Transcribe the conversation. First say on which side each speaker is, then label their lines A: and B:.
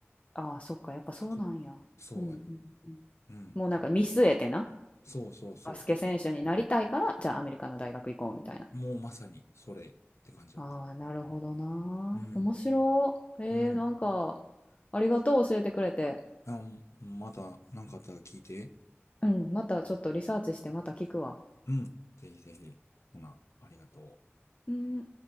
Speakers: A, on the left; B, on the left.
A: ああ、そっか、やっぱそうなんや。
B: そう、そうやね。
A: うんうんうん。
B: うん。
A: もうなんか見据えてな、
B: そうそうそうそ
A: バスケ選手になりたいから、じゃあアメリカの大学行こうみたいな。
B: う。もうまさにそれって感じだった。
A: ああ、なるほどな。
B: うん。
A: 面白い。えー、
B: うん。
A: なんか、ありがとう、教えてくれて。
B: あ、また何かあったら聞いて。
A: うん、またちょっとリサーチしてまた聞くわ。
B: うん。ぜひぜひ。ほな、ありがとう。
A: うん